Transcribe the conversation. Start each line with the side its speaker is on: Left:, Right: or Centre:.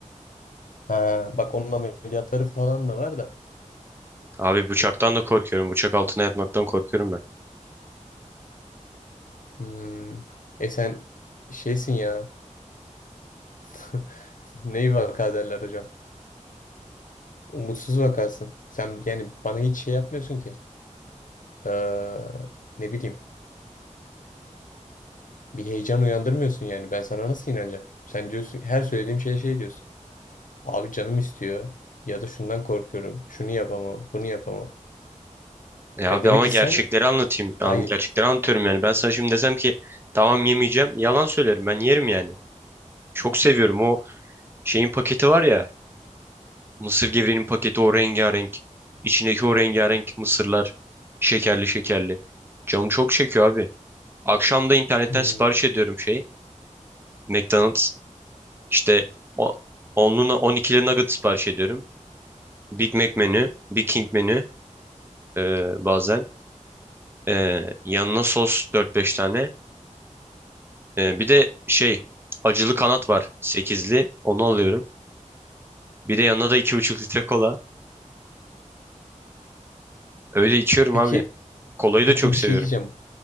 Left: Ha, bak onun ameliyatları falan da var da.
Right: Abi bıçaktan da korkuyorum. Bıçak altına yatmaktan korkuyorum ben.
Left: Hmm. E sen şeysin ya. <laughs> Neyi vaka derler hocam? Umutsuz vakasın. Sen yani bana hiç şey yapmıyorsun ki. Ee, ne bileyim. Bir heyecan uyandırmıyorsun yani. Ben sana nasıl inanacağım? Sen diyorsun her söylediğim şeye şey diyorsun. Abi canım istiyor. Ya da şundan korkuyorum. Şunu yapamam. Bunu yapamam.
Right: E abi
Left: Yani demek
Right: ama
Left: ki
Right: gerçekleri
Left: sen
Right: anlatayım. An
Left: Hayır.
Right: gerçekleri anlatıyorum yani. Ben sana şimdi desem ki tamam yemeyeceğim. Yalan söylerim. Ben yerim yani. Çok seviyorum. O şeyin paketi var ya. Mısır gevreğinin paketi o rengarenk. İçindeki o rengarenk mısırlar. Şekerli şekerli. Canım çok çekiyor abi. Akşam da internetten
Left: Hmm.
Right: sipariş ediyorum şey. McDonald's. İşte o- onluna 12'li nugget sipariş ediyorum. Big Mac menü. Big King menü. e, bazen. Ee, yanına sos dört beş tane. Ee, bir de şey acılı kanat var sekizli. onu alıyorum. Bir de yanına da iki buçuk litre kola. Öyle içiyorum
Left: Peki
Right: abi. Kolayı
Left: peki
Right: da çok
Left: bir
Right: seviyorum.
Left: şey diyeceğim.